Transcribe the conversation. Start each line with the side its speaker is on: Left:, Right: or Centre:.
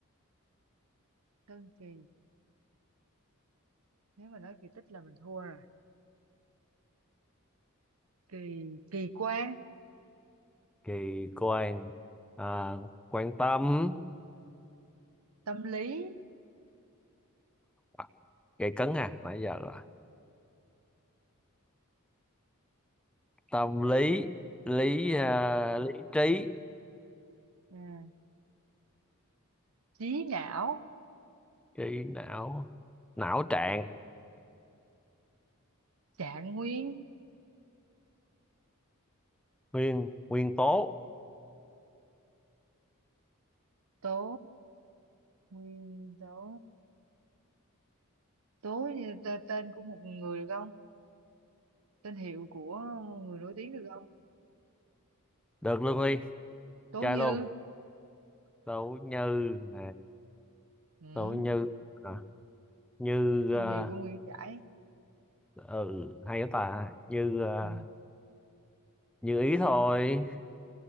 Right: tân kỳ nếu mà nói kỳ tích là mình thua rồi kỳ kỳ quan
Centre: kỳ quan à, quan tâm
Right: tâm lý
Centre: à, kỳ cấn à nãy giờ là tâm lý lý à,
Right: ừ.
Centre: lý trí
Right: à, trí não
Centre: kỳ não não trạng
Right: trạng nguyên
Centre: nguyên nguyên tố
Right: tố nguyên tố tố như t- tên của một người được không Tên hiệu của người nổi tiếng được không?
Centre: được luôn đi
Right: Tố
Centre: chơi
Right: Như.
Centre: luôn đỗ như à,
Right: Ừ.
Centre: đỗ như à, như
Right: Tên
Centre: à,
Right: hiệu của Nguyễn Giải.
Centre: ừ hay quá ta như à,
Right: Ừ.
Centre: như ý thôi